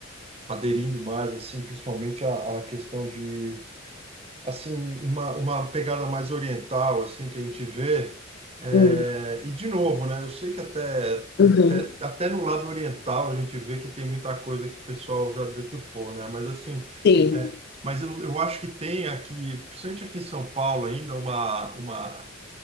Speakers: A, on the right; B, on the left.
A: aderindo mais assim, principalmente a, a questão de assim uma, uma pegada mais oriental assim que a gente vê é,
B: uhum,
A: e de novo, né? Eu sei que até,
B: uhum.
A: até até no lado oriental a gente vê que tem muita coisa que o pessoal já deturpou, né? Mas assim
B: Sim.
A: é, mas eu, eu acho que tem aqui, principalmente aqui em São Paulo ainda, uma, uma